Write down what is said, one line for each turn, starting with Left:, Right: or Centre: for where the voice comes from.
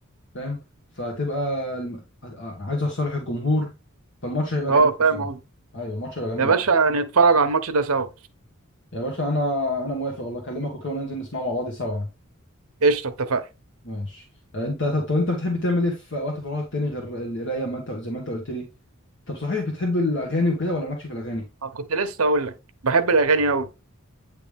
Left: فاهم فهتبقى الم- هت- آه، عايزه لصالح الجمهور فالماتش هيبقى
Right: اه
Left: جميل بصراحة
Right: فاهم قصدي
Left: ايوه الماتش هيبقى جميل
Right: يا باشا
Left: قوي
Right: نتفرج على الماتش ده سوا
Left: يا باشا انا انا موافق والله اكلمك وكده وننزل نسمعه مع بعض سوا يعني
Right: قشطة اتفقنا
Left: ماشي آه، انت طب انت بتحب تعمل ايه في وقت فراغك تاني غير القرايه ما انت زي ما انت قلت لي طب صحيح بتحب الاغاني وكده ولا مالكش في الاغاني
Right: أنا كنت لسه أقول لك بحب الأغاني أوي